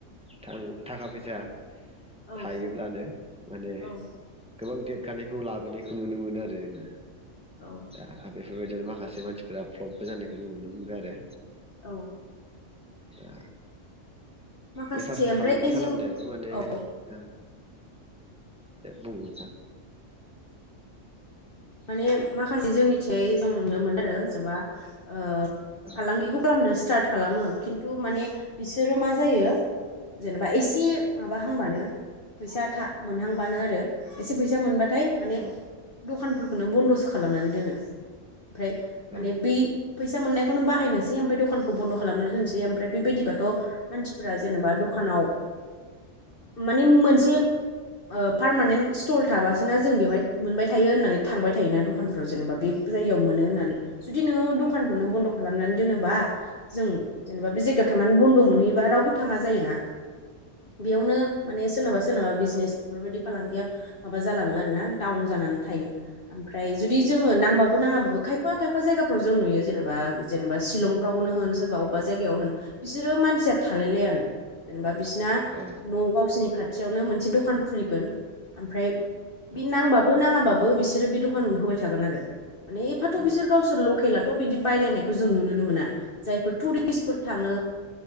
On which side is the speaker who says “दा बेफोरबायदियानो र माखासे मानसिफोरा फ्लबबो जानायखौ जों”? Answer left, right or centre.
Centre